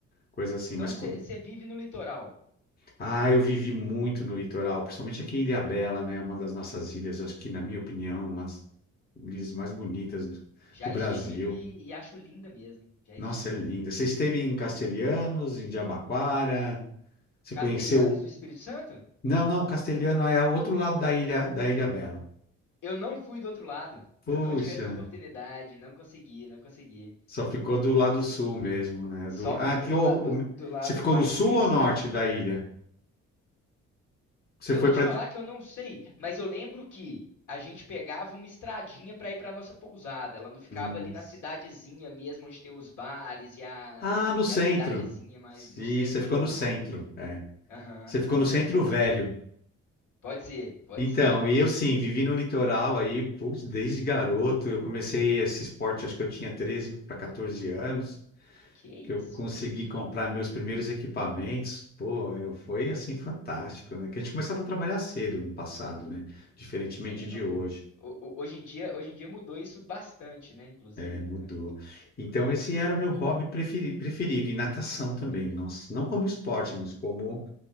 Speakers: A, on the left; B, on the left.
A: coisa assim.
B: Então
A: Mas
B: você
A: co-
B: você vive no litoral.
A: ah, eu vivi muito no litoral, principalmente aqui em Ilhabela, né? Uma das nossas ilhas, acho que, na minha opinião, uma das ilhas mais bonitas do,
B: Já
A: do Brasil.
B: estive e acho linda mesmo. Já
A: Nossa,
B: estive.
A: é linda. Você esteve em Castelhanos, em Jabaquara? Você
B: Castelhanos
A: conheceu
B: no Espírito Santo?
A: Não, não, Castelhano é o outro lado da ilha, da Ilha Bela.
B: Eu não fui do outro lado.
A: Puxa,
B: Eu não tive essa oportunidade. Não consegui, não consegui,
A: só ficou do
B: não
A: lado
B: consegui.
A: sul mesmo, né?
B: Só
A: Do, ah,
B: fiquei
A: que,
B: do
A: o-
B: lado,
A: o-
B: do lado
A: você ficou
B: mais
A: no sul
B: comercial,
A: ou norte
B: né?
A: da ilha? Você
B: Eu
A: foi
B: vou te
A: para.
B: falar que eu não sei, mas eu lembro que a gente pegava uma estradinha para ir para nossa pousada. Ela não ficava
A: Nossa.
B: ali na cidadezinha mesmo, onde tem os bares e a,
A: Ah, no
B: e
A: centro.
B: a cidadezinha, mas
A: Sim,
B: no centro
A: você ficou
B: ali
A: no
B: não.
A: centro. É.
B: Aham,
A: Você ficou
B: aham,
A: no centro
B: pode
A: velho.
B: ser. Pode ser, pode
A: Então,
B: ser.
A: e eu sim, vivi no litoral aí, putz, desde garoto. Eu comecei esse esporte, acho que eu tinha 13 para 14 anos.
B: Que isso?
A: que eu consegui comprar meus primeiros equipamentos, pô, eu, foi assim fantástico, né? Que a gente começava a trabalhar cedo no passado, né? Diferentemente
B: Sim,
A: de
B: nor-
A: hoje,
B: ho- ho- hoje em dia, hoje em dia mudou isso bastante, né? Inclusive,
A: né? Mudou.
B: né?
A: Então, esse era o meu hobby preferi- preferido, e natação também, nossa, não como esporte, mas como,